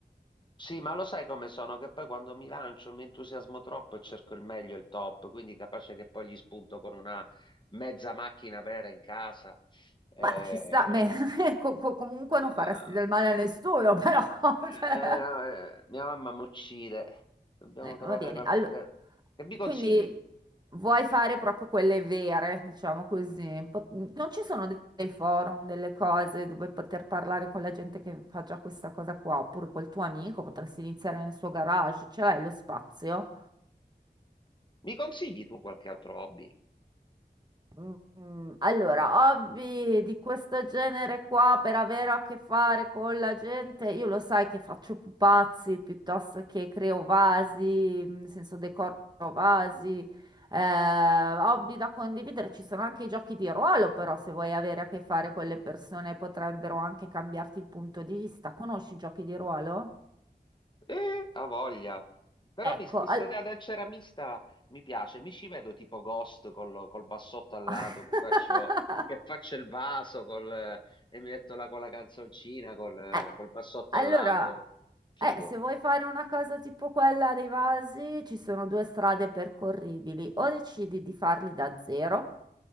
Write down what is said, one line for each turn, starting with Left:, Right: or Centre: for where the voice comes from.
Left: Sì, ma lo sai come sono? Che poi quando mi lancio mi entusiasmo troppo e cerco il meglio e il top, quindi capace che poi gli spunto con una mezza macchina vera in casa. eh,
Right: Beh, ci sta, beh, <laughs> co- co- comunque
Left: eh,
Right: non faresti del male a nessuno, però, <laughs>
Left: Eh,
Right: cioè,
Left: no, eh, mia mamma mi uccide. Dobbiamo
Right: eh,
Left: trovare
Right: va bene.
Left: qualche...
Right: Allora,
Left: te- Che mi consigli?
Right: quindi vuoi fare proprio quelle vere, diciamo così. Po- non ci sono de- dei forum, delle cose dove poter parlare con la gente che fa già questa cosa qua, oppure col tuo amico, potresti iniziare nel suo garage, ce l'hai lo spazio?
Left: Mi consigli tu qualche altro hobby?
Right: Mm, Allora, hobby di questo genere qua per avere a che fare con la gente, io lo sai che faccio pupazzi piuttosto che creo vasi, nel senso decoro vasi, eh, hobby da condividere, ci sono anche i giochi di ruolo, però se vuoi avere a che fare con le persone potrebbero anche cambiarti il punto di vista. Conosci i giochi di ruolo?
Left: Eh, ha voglia. Però
Right: Ecco,
Left: mi- questa
Right: al-
Left: idea del ceramista mi piace. Mi ci vedo tipo Ghost col, col bassotto al lato
Right: <laughs>
Left: che faccio, che faccio il vaso col, eh, e mi metto là con la canzoncina col, eh,
Right: Eh,
Left: col bassotto
Right: allora,
Left: al lato. Figo.
Right: eh, se vuoi fare una cosa tipo quella dei vasi, ci sono due strade percorribili. O decidi di farli da zero.